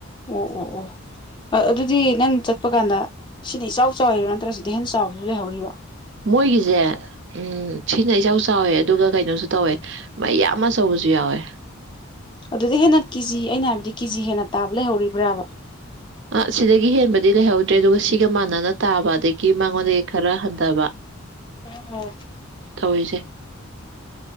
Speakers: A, on the left; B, on the right.
A: ꯑꯣ ꯑꯣ ꯑꯣ ꯑ ꯑꯗꯨꯗꯤ ꯅꯪ ꯆꯠꯄ ꯀꯥꯟꯗ ꯁꯤꯅ ꯏꯆꯥꯎ ꯆꯥꯎꯔꯤꯔꯥ ꯅꯠꯇ꯭ꯔꯒ ꯁꯤꯗꯤ ꯍꯦꯟꯅ ꯆꯥꯎꯕꯁꯨ ꯂꯩꯍꯧꯔꯤꯕꯣ
B: ꯃꯣꯏꯒꯤꯁꯦ ꯎꯝ ꯁꯤꯅ ꯏꯆꯥꯎ ꯆꯥꯎꯋꯦ ꯑꯗꯨꯒ ꯀꯩꯅꯣꯁꯨ ꯇꯧꯋꯦ ꯃꯩ ꯌꯥꯝ ꯑꯃ ꯁꯧꯕꯁꯨ ꯌꯥꯎꯋꯦ
A: ꯑꯗꯨꯗꯤ ꯍꯦꯟꯅ ꯀꯦꯖꯤ ꯑꯩꯅ ꯍꯥꯏꯕꯗꯤ ꯀꯦꯖꯤ ꯍꯦꯟꯅ ꯇꯥꯕ ꯂꯩꯍꯧꯔꯤꯕ꯭ꯔꯥꯕ
B: ꯑ ꯁꯤꯗꯒꯤ ꯍꯦꯟꯕꯗꯤ ꯂꯩꯍꯧꯗ꯭ꯔꯦ ꯑꯗꯨꯒ ꯁꯤꯒ ꯃꯥꯟꯅꯅ ꯇꯥꯕ ꯑꯗꯒꯤ ꯃꯉꯣꯟꯗꯒꯤ ꯈꯔ ꯍꯟꯊꯕ ꯍ
A: ꯑꯣ
B: ꯇꯧꯔꯤꯁꯦ